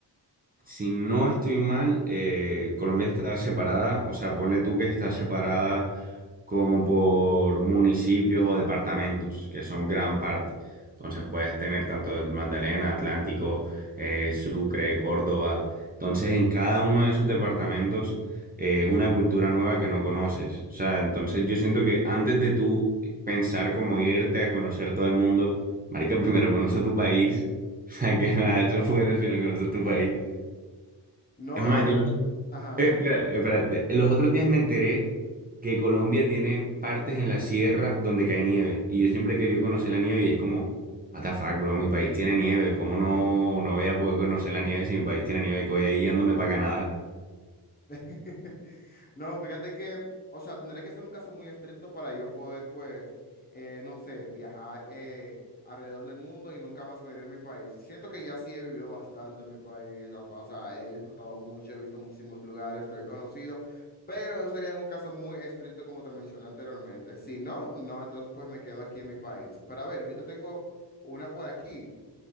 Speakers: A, on the right; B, on the left.
A: si no estoy mal, eh, Colombia está separada, o sea, ponle tú que está separada como por municipios o departamentos, que son gran parte. Entonces puedes tener tanto de Magdalena, Atlántico, eh, Sucre, Córdoba. Entonces en cada uno de esos departamentos eh, es una cultura nueva que no conoces. O sea, entonces yo siento que antes de tú pensar como irte a conocer todo el mundo, marica, primero conoce tu país. <laughs> O sea, que nada, eso fuera si no conoces tu país.
B: No,
A: Es más,
B: la verdad.
A: yo, <laughs>
B: Ajá.
A: espera, espera, los otros días me enteré que Colombia tiene partes en la sierra donde cae nieve. Y yo siempre he querido conocer la nieve y es como, what the fuck, bro, mi país tiene nieve. ¿Cómo no, no voy a poder conocer la nieve si mi país tiene nieve? Que voy ahí yéndome para Canadá.
B: <laughs> No, fíjate que, o sea, tendría que ser un caso muy estricto para yo poder, pues, eh, no sé, viajar eh, alrededor del mundo y nunca más venir a mi país. Siento que ya sí he vivido bastante en mi país, la- o sea, he disfrutado mucho, he visto muchísimos lugares, lo he conocido, pero eso sería en un caso muy estricto como te mencioné anteriormente. Si no, no, entonces pues me quedo aquí en mi país. Pero a ver, yo te tengo una por aquí,